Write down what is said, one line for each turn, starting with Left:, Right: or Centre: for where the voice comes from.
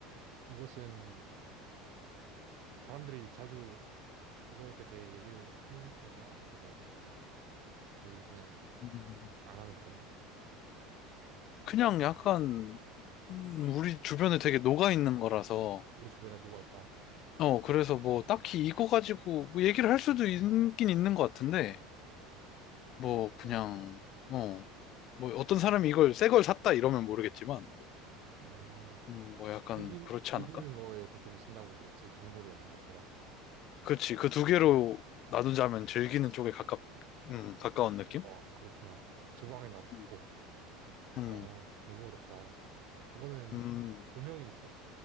Right: 이것은 사람들이 자주 이것에 대해 얘기를 하는 편이야? 아니면은 거의 그냥
Left: 음.
Right: 안 하는 편이야?
Left: 그냥 약간 음, 우리 주변에 되게 녹아 있는 거라서
Right: 우리 주변에 누가 있다.
Left: 어 그래서 뭐 딱히 이거 가지고 뭐 얘기를 할 수도 있긴 있는 것 같은데 뭐
Right: 어,
Left: 그냥
Right: 이거는
Left: 어 뭐 어떤 사람이 이걸 새 걸 샀다 이러면 모르겠지만
Right: 음,
Left: 음, 뭐 약간
Right: 즐긴,
Left: 그렇지
Right: 즐기는
Left: 않을까?
Right: 거에 보통 쓴다고 그랬지. 정보를 얻는 것보다.
Left: 그치. 그 두 개로 나누자면 즐기는 쪽에 가깝, 음, 가까운 느낌?
Right: 와, 그렇구나. 주방에 놔두고.
Left: 음. 음,
Right: 어, 너무 어렵다. 이거는
Left: 음.
Right: 조명이 있어?